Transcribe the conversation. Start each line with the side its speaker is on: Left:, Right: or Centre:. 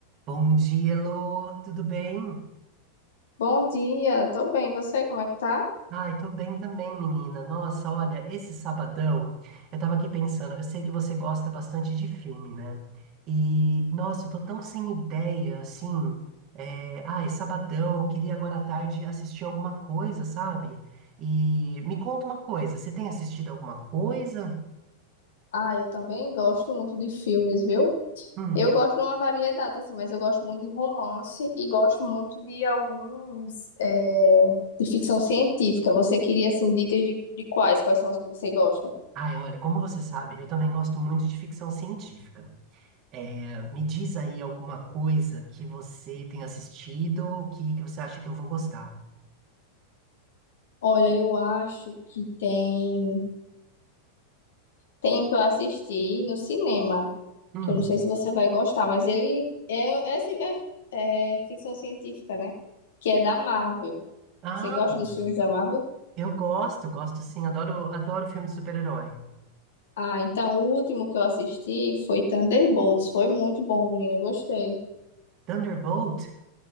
Right: Bom dia, Elô. Tudo bem?
Left: Bom dia, tô bem. Você, como é que tá?
Right: Ai, tô bem também, menina. Nossa, olha, esse sabadão, eu tava aqui pensando, eu sei que você gosta bastante de filme, né? E, nossa, eu tô tão sem ideia, assim. É... Ai, sabadão, eu queria agora à tarde assistir alguma coisa, sabe? E me conta uma coisa, você tem assistido alguma coisa?
Left: Ah, eu também gosto muito de filmes, viu?
Right: Hum.
Left: Eu gosto de uma variedade, assim, mas eu gosto muito de romance e gosto muito de alguns, é, de ficção científica. Você queria, assim, dicas de, de quais? Quais são os que você gosta?
Right: Ai, olha, como você sabe, eu também gosto muito de ficção científica. É, me diz aí alguma coisa que você tem assistido que, que você acha que eu vou gostar.
Left: Olha, eu acho que tem, tem um que eu assisti no cinema,
Right: Hum.
Left: que eu não sei se você vai gostar, mas ele é, é, assim, é é ficção científica, né? Que é da Marvel.
Right: Ah,
Left: Você gosta dos filmes da Marvel?
Right: eu gosto, gosto sim. Adoro, adoro filme de super-herói.
Left: Ah, então o último que eu assisti foi Thunderbolts. Foi muito bom, menina. Eu gostei.
Right: Thunderbolt?